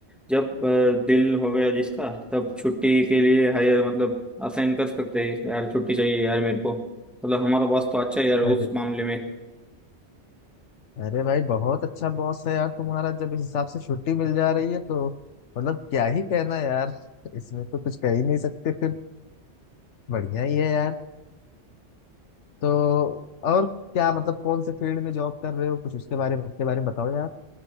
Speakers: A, in the centre; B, on the left (about 75°).
A: जब अ, दिल हो गया जिसका तब छुट्टी के लिए हायर मतलब असाइन कर सकते हैं यार छुट्टी चाहिए यार मेरे को मतलब हमारा बॉस तो अच्छा है यार उस
B: अरे
A: मामले में
B: अरे भाई बहुत अच्छा बॉस है यार तुम्हारा जब इस हिसाब से छुट्टी मिल जा रही है तो मतलब क्या ही कहना यार इसमें तो कुछ कह ही नहीं सकते फिर बढ़िया ही है यार तो और क्या मतलब कौन से फील्ड में जॉब कर रहे हो कुछ उसके बारे में उसके बारे में बताओ यार